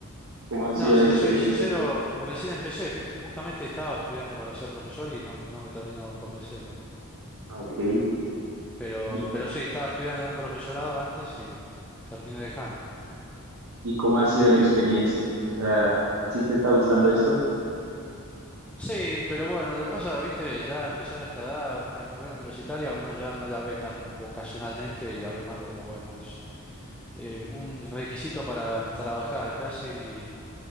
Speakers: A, on the right; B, in the centre.
A: ¿Cómo ha sido
B: No,
A: la
B: si
A: experiencia?
B: te soy sincero, recién empecé, porque justamente estaba estudiando para ser profesor y no, no me terminó convenciendo.
A: Ok.
B: Pero,
A: ¿Y,
B: pero sí, estaba estudiando en un profesorado antes y terminé dejando.
A: y cómo ha sido la experiencia. O sea, ¿sí te está gustando esto?
B: Sí, pero bueno, lo que pasa, viste, ya empezar a esta edad, una carrera universitaria, uno ya no la ve tan vocacionalmente y la ve más como, bueno, es eh, un requisito para trabajar casi